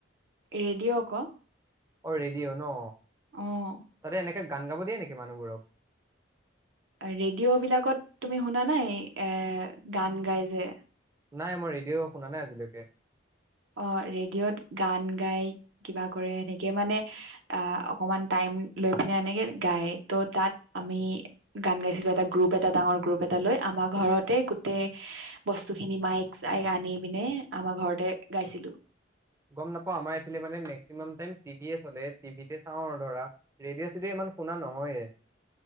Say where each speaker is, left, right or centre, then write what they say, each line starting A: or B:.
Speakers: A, on the right; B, on the right.
A: ৰেডিঅ' ক।
B: অ ৰেডিঅ' ন।
A: উম।
B: সদায় এনেকে গান গাব দিয়ে নেকি মানুহবোৰক।
A: ৰেডিঅ' বিলাকত তুমি শুনা নাই এ গান গাই যে।
B: নাই মই ৰেডিঅ' শুনা নাই আজিলৈকে।
A: অ ৰেডিঅ'ত গান গাই কিবা কৰে সেনেকে মানে। আহ অকমান টাইম লৈ পিনে এনেকে গায় ত' তাত আমি। গান গাইছিলো এটা গ্ৰুপ এটা ডাঙৰ গ্ৰুপ এটা। টালৈ আমাৰ ঘৰতে গোটেই বস্তু খিনি মাইক চাইক আনি পিনে আমাৰ ঘৰতে। গাইছিলোঁ।
B: গম নাপাওঁ আমাৰ এইফালে মানে মেক্সিমাম টাই টিভি চলে টিভিতে চাওঁ আৰু ধৰা। ৰেডিঅ' চিডিঅ' ইমান শুনা নহয়ে।